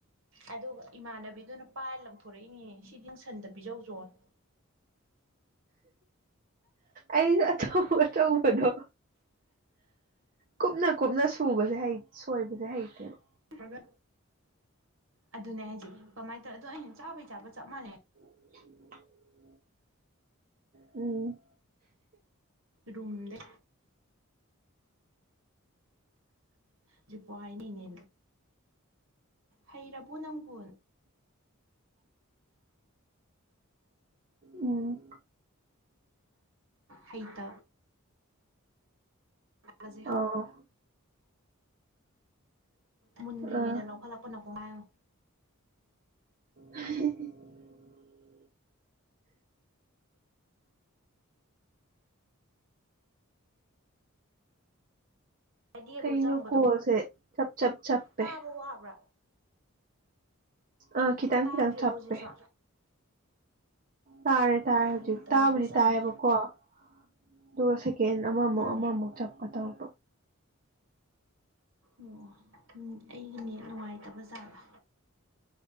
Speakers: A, on the right; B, on the right.
A: ꯑꯗꯨꯒ ꯏꯃꯥꯟꯅꯕꯤꯗꯨꯅ ꯄꯥꯏꯔ ꯂꯪꯊꯣꯔꯛꯏꯅꯤꯅꯦ ꯁꯤꯗꯤꯠ ꯁꯟꯗ ꯄꯤꯖꯧꯖꯣꯅ
B: ꯑꯩꯁꯨ ꯑꯆꯧ ꯑꯆꯧꯕꯗꯣ ꯀꯨꯞꯅ ꯀꯨꯞꯅ ꯁꯨꯕꯁꯦ ꯍꯩ ꯁꯣꯏꯕꯁꯦ ꯍꯩꯇꯦꯕ
A: ꯇꯒ ꯑꯗꯨꯅꯦ ꯍꯥꯏꯁꯦ ꯀꯃꯥꯏ ꯇꯧꯋ ꯑꯗꯣ ꯑꯩꯅ ꯆꯥꯕꯩ ꯆꯥꯕ ꯆꯞ ꯃꯥꯟꯅꯩ
B: <unintelligible> ꯎꯝ
A: ꯔꯨꯝꯗꯦ ꯍꯧꯖꯤꯛꯄꯣ ꯍꯥꯏꯅꯩꯅꯦ ꯍꯩꯔꯕꯣ ꯅꯪꯕꯨ
B: ꯎꯝ
A: ꯍꯩꯇ <unintelligible>
B: ꯑꯧ
A: ꯃꯨꯟꯗ꯭ꯔꯤꯉꯩꯗ
B: ꯑꯥ
A: ꯂꯧꯈꯠꯂꯛꯄꯅ ꯀꯣꯒꯥꯏ ꯃꯥ
B: <unintelligible>
A: ꯑꯥꯏꯗꯤꯌꯥꯗꯣ
B: ꯀꯩꯅꯣ
A: ꯆꯪꯕꯗꯣ
B: ꯀꯣꯜꯁꯦ ꯆꯞ ꯆꯞ ꯆꯞꯄꯦ
A: ꯇꯥꯕ ꯋꯥꯕ꯭ꯔꯥ
B: ꯑꯥ ꯈꯤꯇꯪ
A: ꯇꯥꯗ꯭ꯔꯤꯕꯣ
B: ꯈꯤꯇꯪ ꯆꯞꯄꯦ
A: ꯍꯧꯖꯤꯛꯁꯨ
B: ꯇꯥꯔꯦ ꯇꯥꯔꯦ
A: ꯀꯔꯤ
B: ꯍꯧꯖꯤꯛ
A: ꯇꯧꯔꯤꯕꯖꯥꯠꯅꯣ
B: ꯇꯥꯕꯨꯗꯤ ꯇꯥꯏꯌꯦꯕꯀꯣ ꯑꯗꯨꯒ ꯁꯦ ꯀꯦꯟ ꯑꯃꯃꯨꯛ
A: ꯎꯝ
B: ꯑꯃꯃꯨꯛ ꯆꯞꯄ ꯇꯧ
A: ꯑꯣ ꯎ ꯑꯩꯒꯤ ꯅꯦꯠ ꯅꯨꯡꯉꯥꯏꯇꯕꯖꯥꯠꯔ